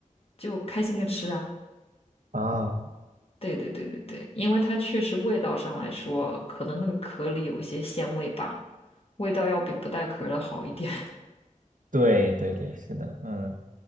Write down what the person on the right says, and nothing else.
啊啊，
对对对，是的，嗯。